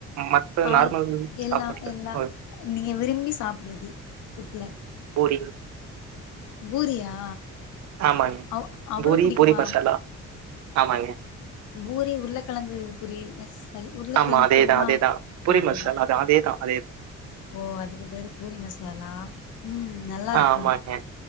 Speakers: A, on the right (about 65°); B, on the left (about 75°).
A: மத்த
B: ஆள்
A: நார்மல்
B: எல்லா
A: சாப்பாட்ல?
B: எல்லா
A: ஓ
B: நீங்க விரும்பி சாப்புட்றது ஃபுட்ல
A: போரிங்
B: பூரியா
A: ஆமாங்க
B: அவ் அவ்ளோ
A: பூரி
B: புடிக்குமா
A: பூரி மசாலா ஆமாங்க
B: பூரி உருளக்கழங்கு குளியல் அ சாரி உருளக்கழங்கு
A: ஆமா அதேதான்,
B: குருமா
A: அதேதான். பூரி
B: அதேதா
A: மசாலா <inaudible> அதே
B: ஓ அதுக்கு பேரு பூரி மசாலா ம் நல்லாருக்கு
A: ஆ ஆமாங்க.